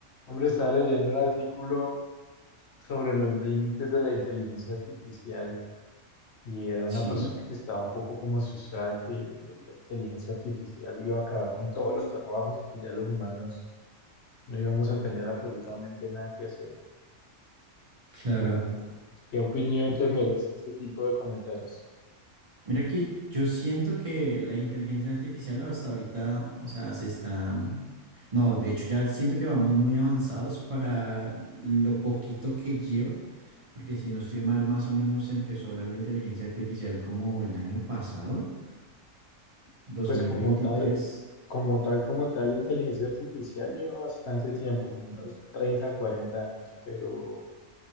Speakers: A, on the left; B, on the right.
A: Hombre, estaba leyendo un artículo sobre los límites de la inteligencia artificial y era una
B: Sí,
A: persona que estaba un poco como asustada que la la inteligencia artificial iba a acabar con todos los trabajos y que ya los humanos no íbamos a tener absolutamente nada que hacer.
B: claro.
A: Como, ¿qué opinión te merece ese tipo de comentarios?
B: Mira que yo siento que la inteligencia artificial hasta ahorita, o sea, se está... mm, No, de hecho ya siento que vamos muy avanzados para lo poquito que lleva, porque si no estoy mal, más o menos se empezó a hablar de inteligencia artificial como el año pasado, dos
A: Pues
B: mil
A: como
B: veintitrés,
A: tal, como tal, como tal, la inteligencia artificial lleva bastante tiempo, como unos 30, 40 años, pero...